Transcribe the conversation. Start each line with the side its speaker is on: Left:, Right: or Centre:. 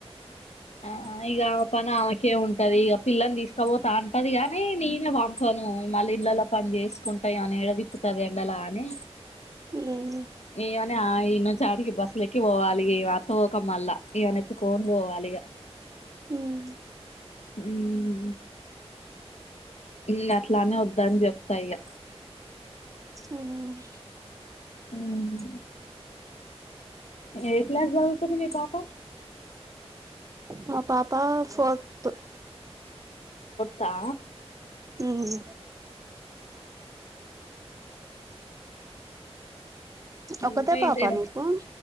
Left: అ ఇగ పని ఆమెకే ఉంటది ఇక పిల్లని తీసుకపోతా అంటది గానీ నేనేం చను మళ్ళీ ఇళ్లలో పని చేస్త కుంటాయి అని ఎడతిప్పుతందెండాలని
Right: ఉమ్
Left: ఏమని ఇన్నొంచి ఆడికి బస్సుల ఎక్కి పోవాలి అత పోకం మల్ల ఇవన ఎత్తుకని పోవాలిగా
Right: హ్మ్మ్
Left: ఉమ్మ్ ఎల్ అట్లానే వద్దని చెప్తాయిగా
Right: ఉమ్మ్
Left: హ్మ్మ్ ఎ క్లాస్ చదువుతుంది మీ పాప
Right: మ పాప ఫర్త్
Left: తా
Right: హమ్ ఒకతే
Left: ఇంకా
Right: పాప
Left: ఎంచేడెం
Right: నీకు